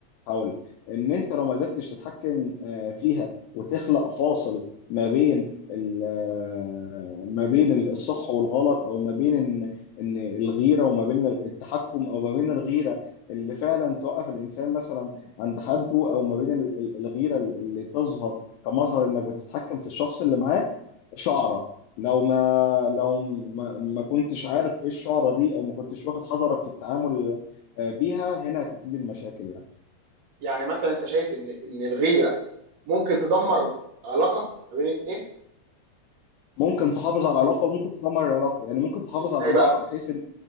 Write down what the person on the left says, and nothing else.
هقول لك ان انت لو ما قدرتش تتحكم آه، فيها وتخلق فاصل ما بين ال- آه، ما بين الصح والغلط او ما بين ان ان الغيره وما بين التحكم او ما بين الغيره اللي فعلا توقف الانسان مثلا عند حده او ما بين ال- ال- الغيره اللي تظهر كمظهر انك بتتحكم في الشخص اللي معاك شعره لو ما لو ما, ما كنتش عارف ايه الشعره دي او ما كنتش واخد حذرك في التعامل آه، بيها هنا هتبتدي المشاكل يعني
ممكن تحافظ على العلاقه وممكن تدمر العلاقه يعني ممكن تحافظ
على العلاقه
بحيث ان